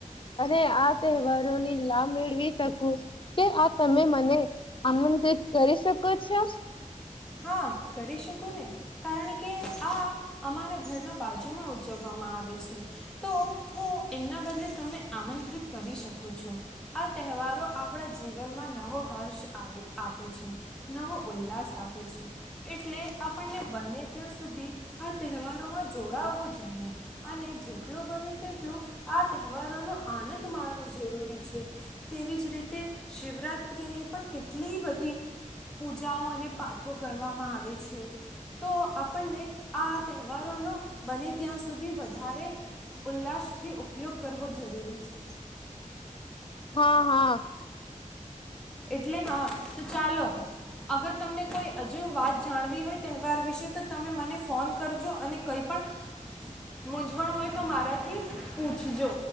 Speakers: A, on the left (about 40°); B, in the centre.
A: અને આ તહેવારોની લાભ મેળવી શકું કે આ તમે મને આમંત્રિત કરી શકો છો.
B: હા કરી શકું ને કારણ કે આ અમારા ઘરના બાજુમાં ઉજવવામાં આવે છે તો હું એમના બદલે તમને આમંત્રિત કરી શકું છું આ તહેવારો આપણા જીવનમાં નવો હર્ષ આપે છે નવો ઉલ્લાસ આપે છે. એટલે આપણને બને ત્યાં સુધી આ તહેવારોમાં જોડાવવું જોઈએ અને જેટલોું બને તેટલોું આ તહેવારોનો આનંદ માણવો જરૂરી છે તેવી જ રીતે શિવરાત્રિની પણ કેટલી બધી પૂજાઓ અને પાઠો કરવામાં આવે. તો આપણને આ તહેવારોનો બને ત્યાં સુધી વધારે ઉલ્લાસથી ઉપયોગ કરવો જરૂરી છે.
A: હા હા.
B: એટલે હા. તો ચાલો અગર. તમને કોઈ હજીુ વાત જાણવી હોય તહેવાર વિશે તો તમે મને ફોન કરજો અને કંઈ પણ. મૂઝવણ હોય તો મારાથી પૂછજો.